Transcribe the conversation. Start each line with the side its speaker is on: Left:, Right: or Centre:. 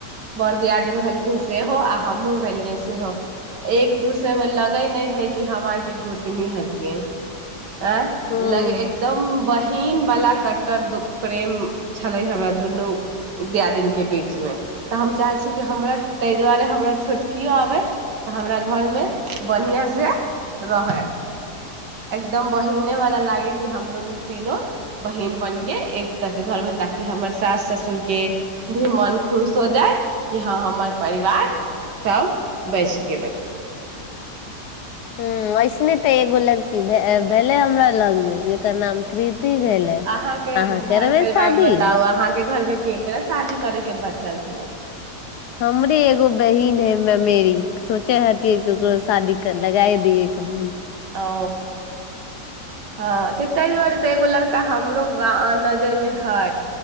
Right: बर दियादिन भेलखिन सेहो आ हम मु भेलेलने से हो एक दूसरे में लगई नहि हय ई हवा के गोतनी हतिियए आँ
Left: हूँ
Right: लग एकदम ीन बला एक प्रेम छलै हमरा दुनू दियादिन के बीच मे तऽ हम चाहे छी कि हमरा ताहि दुआरे हमरा छोटकियो आबै तऽ हमरा घर मे बढ़आ से रहै एकदम बहने वाला लागे कि हम दुनू तीनो बहिीन बन कऽ एक तऽके घरमे ताकि हमर सास ससुरके भी मन खुश हो जाय कि हँ हमर परिवार सभ बस गेलक
Left: ह ऐसने ते एगो लड़की भेले हमरा लग मे जेकर नाम कृति भेलै
Right: अहाँके
Left: अहाँ
Right: घर
Left: करबै
Right: परिवार
Left: शादी
Right: मे बताउ अहाँके घर मे के के रह शादी करे के बता चल चल
Left: हमरे एगो बहिन है मे मेरी सोचे हतिै क ओकरो शादी लगाए दिय कह
Right: ओ हँ कतहि दुआार एगो लड़का हमरो ग नजर मे है